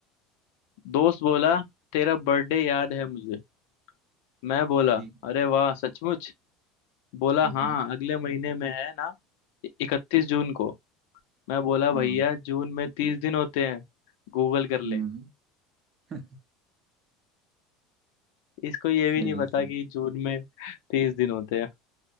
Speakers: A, on the left (about 70°); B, on the right (about 30°).
A: दोस्त बोला तेरा बर्थडे याद है मुझे मैं बोला
B: ठीक है,
A: अरे वाह सचमुच बोला
B: हम्म
A: हाँ अगले महीने में है ना इकतीस जून को मैं बोला भैया
B: हाँ
A: जून में तीस दिन होते हैं गूगल कर ले
B: हम्म <laughs>
A: इसको ये
B: सही
A: भी नहीं
B: है
A: पता
B: सही
A: कि
B: है।
A: जून में तीस दिन होते हैं